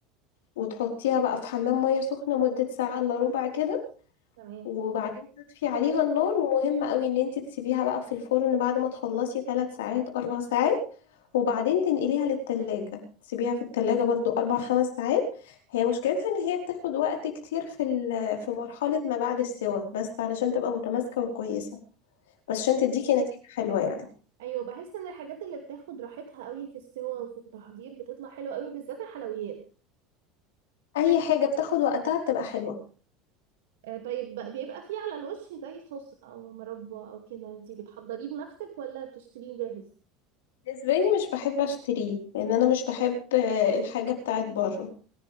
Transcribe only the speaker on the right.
تمام
ايوه بحس ان الحاجات اللي بتاخد راحتها قوي في السوا وفي التحضير بتطلع حلوه قوي بالذات الحلويات
آه طيب بقى- بيبقى فيه على الوش زي صوص او مربى او كده انتي بتحضريه بنفسك ولا بتشتريه جاهز